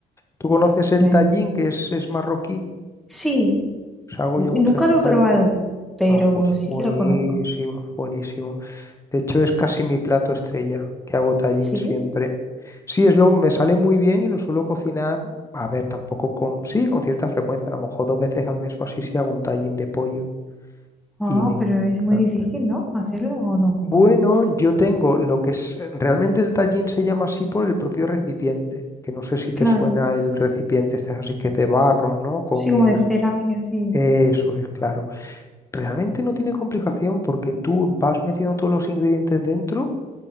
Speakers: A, on the left; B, in the centre.
A: ¿Tú conoces el
B: Eh,
A: Tallín, que es, es marroquí?
B: Sí,
A: O sea, hago
B: n-
A: yo muchas
B: nunca
A: veces
B: lo
A: Tallín.
B: he probado, pero
A: Ah, pues
B: sí
A: buenísimo,
B: que lo conozco.
A: buenísimo. De hecho, es casi mi plato estrella, que hago Tallín
B: Sí.
A: siempre. Sí, es lo, me sale muy bien y lo suelo cocinar, a ver, tampoco con, sí, con cierta frecuencia, a lo mejor dos veces al mes o así, sí hago un Tallín de pollo
B: Ah,
A: y me encanta.
B: pero es muy difícil, ¿no? Hacerlo o no,
A: Bueno,
B: pues.
A: yo tengo lo que es, eh, realmente el tallín se llama así por el propio recipiente, que no sé si te
B: Claro,
A: suena el recipiente, este es así que es de barro, ¿no? Con
B: sí, como
A: el,
B: de cerámica, sí,
A: eso es claro. Realmente no tiene complicación porque tú vas metiendo todos los ingredientes dentro